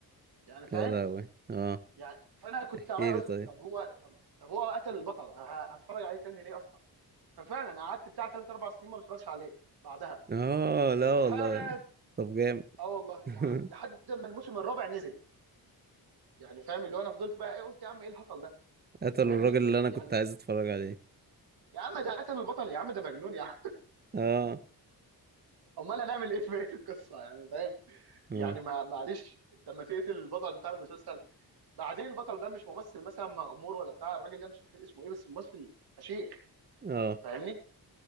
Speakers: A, on the right; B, on the right.
A: يعني فاهم
B: يا لهوي اه
A: يعني فانا كنت
B: احكي
A: عمال اقول
B: لي طيب
A: طب هو طب طب هو قتل البطل ه- هتفرج عليه تاني ليه اصلا ففعلا قعدت بتاع ثلاث اربع سنين ما بتفرجش عليه بعدها
B: اه لا
A: لحد
B: والله طب جامد
A: اه والله
B: <laughs>
A: لح... لحد ما الموسم الرابع نزل يعني فاهم اللي هو انا فضلت بقى ايه قلت يا عم ايه الهطل ده
B: قتلوا
A: فاهمني
B: الراجل اللي انا
A: يعني
B: كنت عايز اتفرج عليه
A: يا عم ده قتل البطل يا عم ده مجنون يا عم
B: اه
A: امال هنعمل ايه في بقيه القصه يعني فاهم
B: اه
A: يعني ما معلش انت لما تقتل البطل بتاع المسلسل بعدين البطل ده مش ممثل مثلا مغمور ولا بتاع الراجل ده مش فاكر اسمه ايه بس ممثل فشيخ
B: اه
A: فاهمني